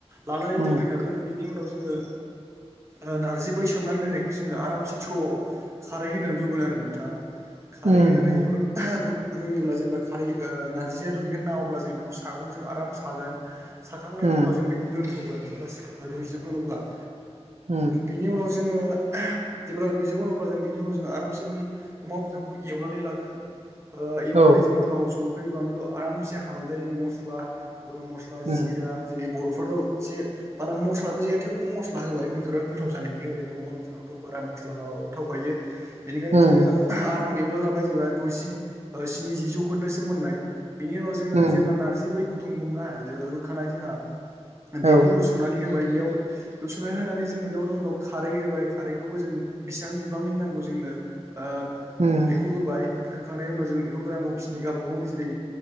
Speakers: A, on the right; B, on the right.
A: लानानै
B: उम
A: दोनफैखागोन बेनि उनाव जोङो ओ नारजि बै सोमनानै दोननायखौ जोङो आरामसे थौआव खारै होना रुगोन आरो नोंथां। खारै
B: उम
A: होनानै
B: उम
A: रु योब्ला जेब्ला खारै ओ नार्जिया रुइगोन ना अब्ला जों बेखौ सागंजों आराम सागोन साखांनायनि
B: उम
A: उनाव जों बेखौ दोनथ'गोन जेब्ला रुइजोबगोन अब्ला
B: उम
A: बिनि उनाव जोङो जेब्ला रुइजोबगोन अब्ला जों बिनि उनाव जो आरामसे बै अमा बेदरखौ एवनानै लागोन ओ एवनानै
B: औ
A: जों थाव संख्रि बानलु आरामसे हालदै मस्ला गरम मस्ला
B: उम
A: जिरा जेरै बर' खौथ जे आराम मस्लाबो जाया थेवबो मस्ला होबाय बेदरा गोथाव जानायनि ओरैनो अमा बेदरावथ' बा मस्ला मस्ला होआबाबो थावखायो बेनिखायनो
B: उम
A: जोङो आराम एवना लाबाय जेबा द'जि स्निजि जौखोन्दोसिम मोननाय बिनि उनाव जोङो
B: उम
A: जेब्ला नारजि बै गुदुं दंना रुखानाय जोंहा बेखौ
B: औ
A: लुस'नानै होबाय बेयाव लुसननानै होनानै जोङो बेयावनो उनाव खारै होबाय खारैखौबो जों बिसां बिबांनि नांगौ जोंनो ओ
B: उम
A: बेखौ होबाय होखांनायनि उनाव जों बेखौ गोरान गावखिनि गावबा गावनि जेरै